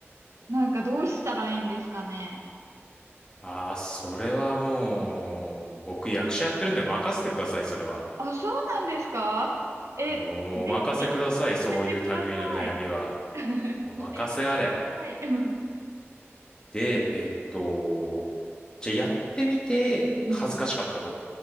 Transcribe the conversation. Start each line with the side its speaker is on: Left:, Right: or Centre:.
Right: なんかどうしたらいいんですかね。
Left: あー、それはもう、僕役者やってるんで任せてください、それは。
Right: あ、そうなんですかえ、
Left: あもう、
Right: ぜ
Left: もうお任せください、
Right: ひ、教えてください。
Left: そういう類の悩みは。
Right: <laughs>
Left: お任せあれ。
Right: 教えてください。<laughs> うん
Left: で、えっと、じゃあやってみて、
Right: うん
Left: 恥ずかしかったと。